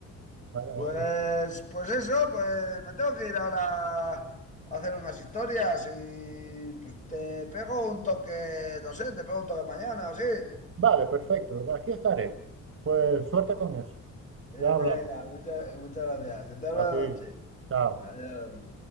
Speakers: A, on the right; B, on the left.
A: ¿no? Eh,
B: Pues,
A: eh,
B: pues eso, pues me tengo que ir ahora a hacer unas historias y pues te pego un toque, no sé, te pego un toque mañana o así.
A: Vale, perfecto, aquí estaré. Pues suerte con eso.
B: Eh,
A: Ya
B: venga,
A: hablamos.
B: muchas, muchas gracias. Que tengas buena
A: A ti,
B: noche.
A: chao.
B: Adiós.